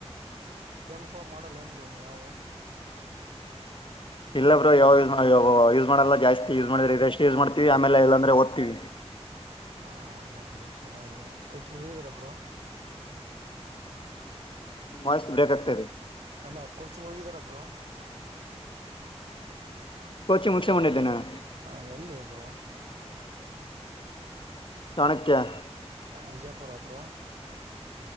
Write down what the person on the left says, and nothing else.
ಇಲ್ಲ ಯಾವ ಯೂಸ್ ಮಾಡಲ್ಲ ಜಾಸ್ತಿ ಯೂಸ್ ಮಾಡಿದ್ರೆ ಇದೆ ಎಷ್ಟು ಯೂಸ್ ಮಾಡ್ತೀವಿ ಆಮೇಲೆ ಇಲ್ಲ ಅಂದ್ರೆ ದ್ತಿವಿ
ವಾಯ್ಸ್ ಬ್ರೇಕ್ ಆಗ್ತಾ ಇದೆ
ಕೊಚಿ ಮುಗಿಸಕೊಂಡಿದ್ದೆ ನಾನು
ಚಾಣಕ್ಯ